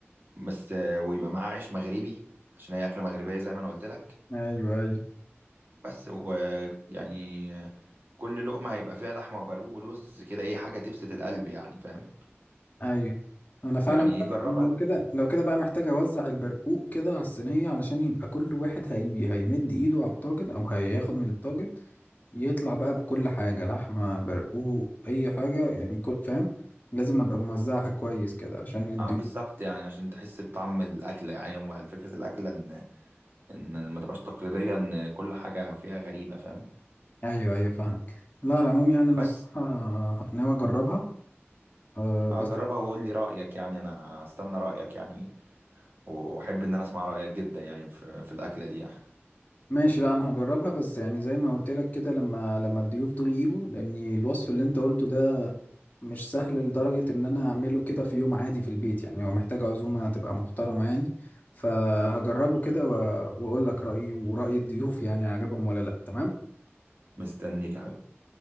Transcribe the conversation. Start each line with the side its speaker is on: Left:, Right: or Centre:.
Right: بس آه، ويبقى معاه عيش مغربي عشان هي اكله مغربيه زي ما انا قلت لك
Left: ايوه ايوه
Right: بس ويعني كل لقمه هيبقى فيها لحمه وبرقوق ولوز كده ايه حاجه تبسط القلب يعني فاهم
Left: ايوه انا فعلا
Right: يعني
Left: بقى-
Right: ايه جربها
Left: أنا لو كده لو كده بقى محتاج اوزع البرقوق كده على الصينيه علشان يبقى كل واحد هي... هيمد ايده على الطاجن او هياخد من الطاجن يطلع بقى بكل حاجة لحمة برقوق أي حاجة يعني كل فاهم لازم أبقى موزعها كويس كده عشان الضيوف
Right: اه بالظبط يعني عشان تحس بطعم الاكله يعني هو فكره الاكله ان ان ما تبقاش تقليدية ان كل حاجة فيها غريبة فاهم
Left: أيوه أيوه فاهمك لا على العموم يعني أنا
Right: بس
Left: الصراحة ناوي أجربها أه
Right: هجربها
Left: بس
Right: وقول لي رأيك يعني انا استنى رأيك يعني واحب ان انا اسمع رأيك جدا يعني في في الأكلة دي يعني.
Left: ماشي لا أنا هجربها بس يعني زي ما قلت لك كده لما لما الضيوف دول يجوا لأن الوصف اللي أنت قلته ده مش سهل لدرجة إن أنا أعمله كده في يوم عادي في البيت يعني هو محتاج عزومة تبقى محترمة يعني فهجربه كده و- وأقول لك رأيي ورأي الضيوف يعني عجبهم ولا لأ تمام
Right: مستنيك يا حبيبي